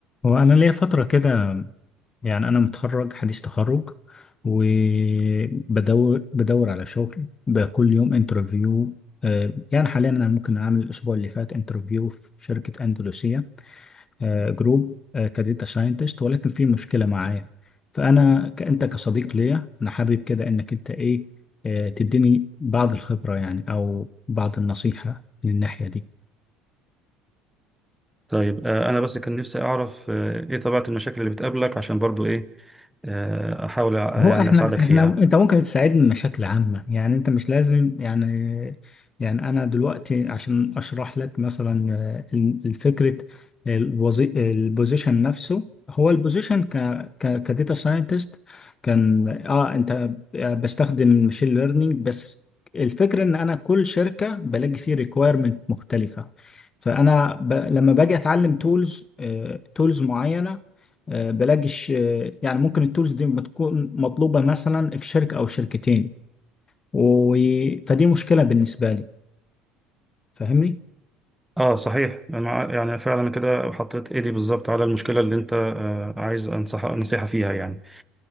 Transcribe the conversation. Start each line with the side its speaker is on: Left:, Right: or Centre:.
Left: هو أنا ليا فترة كده يعني أنا متخرج حديث تخرج وبدور بدور على شغل بكل يوم انترفيو آه، يعني حاليا أنا ممكن أعمل الأسبوع اللي فات انترفيو في شركة أندلسية آه، جروب آه، كديتا ساينتست ولكن في مشكلة معايا فأنا ك- أنت كصديق ليا أنا حابب كده إنك أنت إيه آه، تديني بعض الخبرة يعني أو بعض النصيحة من الناحية دي
Centre: طيب آه، انا بس كان نفسي اعرف آه، ايه طبيعة المشاكل اللي بتقابلك عشان برضو ايه آه، احاول أ- يعني
Left: هو احنا
Centre: اساعدك
Left: احنا
Centre: فيها
Left: انت ممكن تساعدني بشكل عام يعني انت مش لازم يعني يعني انا دلوقتي عشان اشرح لك مثلا آه، ال- الفكره الوظي... البوزيشن نفسه هو البوزيشن ك ك كداتا ساينتست كان اه انت آه، بستخدم ماشين ليرنينج بس الفكره ان انا كل شركه بلاقي فيه ريكويرمنت مختلفه فانا ب... لما باجي اتعلم تولز تولز معينه آه، بلاقيش آه، يعني ممكن التولز دي ما تكون مطلوبة مثلا في شركة أو شركتين و... فدي مشكلة بالنسبة لي فاهمني؟
Centre: اه صحيح انا يعني فعلا كده حطيت ايدي بالظبط على المشكلة اللي انت آه، عايز انصح نصيحة فيها يعني